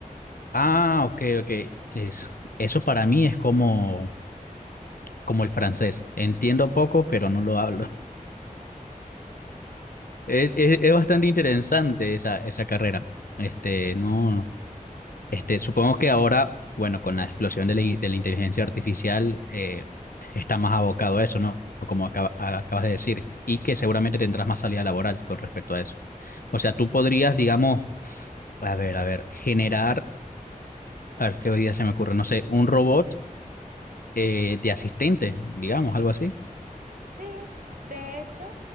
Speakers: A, on the left (about 80°); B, on the right (about 65°).
A: Ah, ok, ok. Es, eso para mí es como, como el francés. Entiendo poco, pero no lo hablo. Es, es- es bastante interesante esa, esa carrera. Este, no, este, supongo que ahora, bueno, con la explosión de la, in- de la inteligencia artificial, eh, está más abocado a eso, ¿no? Como acaba- a- acabas de decir, y que seguramente tendrás más salida laboral con respecto a eso. O sea, tú podrías, digamos, a ver, a ver, generar, a ver qué idea se me ocurre, no sé, un robot eh, de asistente, digamos, algo así.
B: Sí, de hecho,